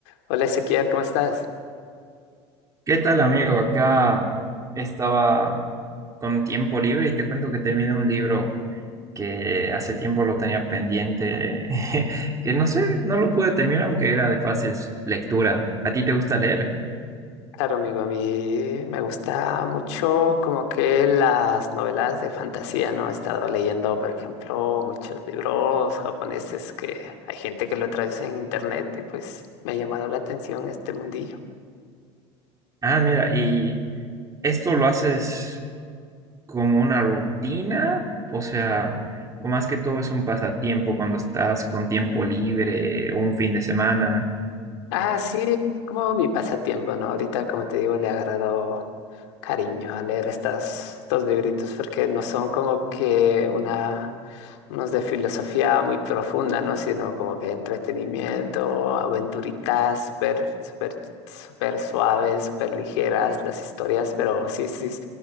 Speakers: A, on the left; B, on the right.
A: Hola Ezequiel, ¿cómo estás?
B: ¿Qué tal, amigo? Acá estaba con tiempo libre y te cuento que terminé un libro que hace tiempo lo tenía pendiente, <laughs> que no sé, no lo pude terminar aunque era de fácil lectura. ¿A ti te gusta leer?
A: Claro, amigo, a mí me gusta mucho como que las novelas de fantasía, ¿no? He estado leyendo, por ejemplo, muchos libros japoneses que hay gente que lo traduce en internet y pues me ha llamado la atención este mundillo.
B: Ah, mira, ¿y esto lo haces como una rutina? O sea, o más que todo es un pasatiempo cuando estás con tiempo libre, un fin de semana.
A: Ah, sí, es como mi pasatiempo, ¿no? Ahorita, como te digo, le he agarrado cariño a leer estas, estos libritos, porque no son como que una, unos de filosofía muy profunda, ¿no? Sino como que entretenimiento, aventuritas, súper, súper, súper suaves, súper ligeras las historias, pero sí, sí, es